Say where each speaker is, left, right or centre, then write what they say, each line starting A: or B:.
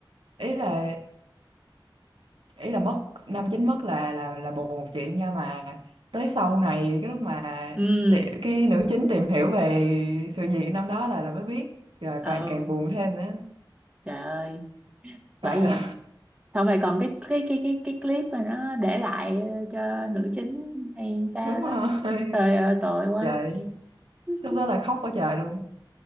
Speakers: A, on the right; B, on the right.
A: ý là ý là mất năm chín mất là là là buồn một chuyện nha mà tới sau này cái lúc mà
B: ừ
A: ti- cái nữ chính tìm hiểu về sự việc năm đó là là mới biết rồi
B: ừ
A: càng càng buồn thêm nữa
B: trời ơi bởi
A: trời ơi
B: vậy xong rồi còn cái cái cái cái cái clip mà nó để lại ờ, cho nữ chính hay sao
A: <laughs> đúng
B: đó
A: rồi
B: trời ơi tội quá
A: trời
B: <laughs>
A: lúc đó là khóc quá trời luôn